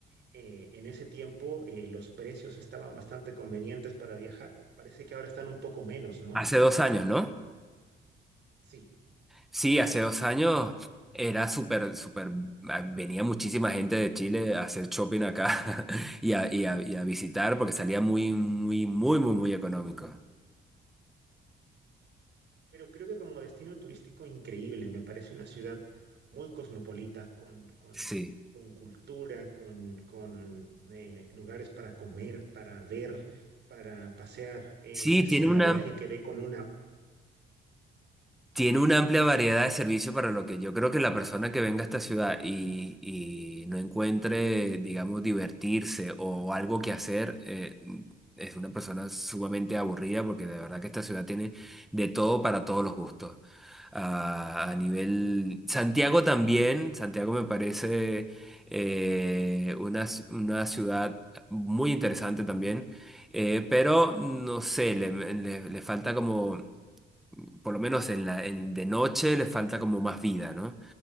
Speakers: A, on the right; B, in the centre.
A: eh, en ese tiempo eh, los precios estaban bastante convenientes para viajar. Parece que ahora están un poco menos, ¿no?
B: Hace dos años, ¿no?
A: Sí,
B: Sí, hace dos años era súper, súper, ah, venía muchísima gente de Chile a hacer shopping acá <laughs> y a, y a- y a visitar porque salía muy, muy, muy, muy, muy económico.
A: pero creo que como destino turístico increíble, me parece una ciudad muy cosmopolita, con, con,
B: Sí.
A: con cultura, con, con eh, lugares para comer, para ver, para pasear. Eh,
B: Sí, tiene
A: sí,
B: una
A: la verdad es que quedé con una
B: Tiene una amplia variedad de servicios para lo que yo creo que la persona que venga a esta ciudad y, y no encuentre, digamos, divertirse o algo que hacer, eh, es una persona sumamente aburrida porque de verdad que esta ciudad tiene de todo para todos los gustos. Ah, a nivel... Santiago también, Santiago me parece eh, una, ci- una ciudad muy interesante también, eh, pero no sé, le le- le falta como por lo menos en la, en- de noche les falta como más vida, ¿no?